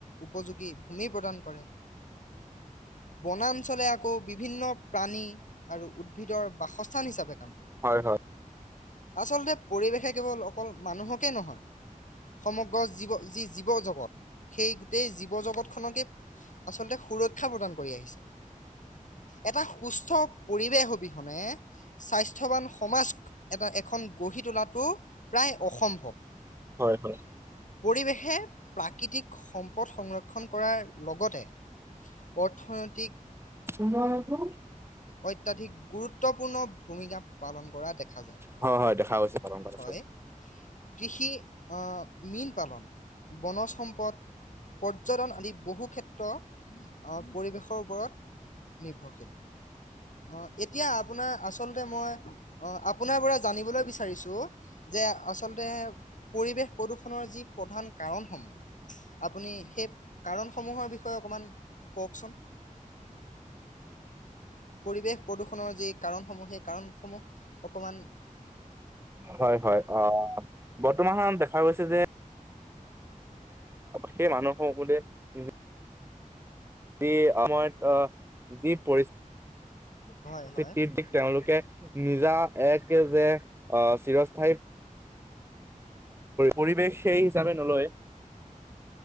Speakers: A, on the left (about 65°); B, on the right (about 15°).
A: উপযোগী। ভূমি প্ৰদান কৰে বনাঞ্চলে আকৌ বিভিন্ন প্ৰাণী আৰু উদ্ভিদৰ বাসস্থান হিচাপে কাম কৰে।
B: হয় হয়
A: আচলতে পৰিৱেশে কেৱল অকল মানুহকে নহয়। সমগ্ৰ জীৱ যি জীৱ জগত, সেই গোটেই জীৱ জগতখনকে আচলতে সুৰক্ষা প্ৰদান কৰি আহিছে। এটা সুস্থ পৰিৱেশ অবিহনে স্বাস্থ্যৱান সমাজ এটা <unintelligible> খন গঢ়ি তোলাটো প্ৰায় অসম্ভৱ।
B: হয় হয়
A: পৰিৱেশে প্ৰাকৃতিক সম্পদ সংৰক্ষণ কৰাৰ লগতে, অৰ্থনৈতিক
B: উন্নয়নতো
A: অত্যাধিক গুৰুত্ব পূৰ্ণ ভূমিকা পালন কৰা দেখা যায়
B: হয় হয় দেখা গৈছে পালন কৰা।
A: হয় কৃষি আহ মীন পালন বনজ সম্পদ পৰ্যটন আদি বহু ক্ষেত্ৰত পৰিৱেশৰ ওপৰত নিৰ্ভৰশীল অ, এতিয়া আপোনাৰ আচলতে মই অ! আ আপোনাৰ পৰা জানিবলৈ বিচাৰিছো যে, আচলতে পৰিৱেশ প্ৰদূৰষণৰ যি প্ৰধান কাৰণসমূহ, আপুনি সেই কাৰণসমূহৰ বিষয়ে অকণমান কওকচোন। পৰিৱেশ প্ৰদূষণৰ যি কাৰণসমূহ, সেই কাৰণসমূহ, অকণমান
B: হয় হয় অ বৰ্তমানত দেখা গৈছে যে, সেই মানুহ হয় বোলো উম। যি আমাৰ, অ', যি পৰিস্থিতিত
A: হয় হয়
B: দিশ তেওঁলোকে নিজা এ‌‌ তো জেদ, অ', চিৰস্থায়ী পৰিৱেশ সেই হিচাপে নলয়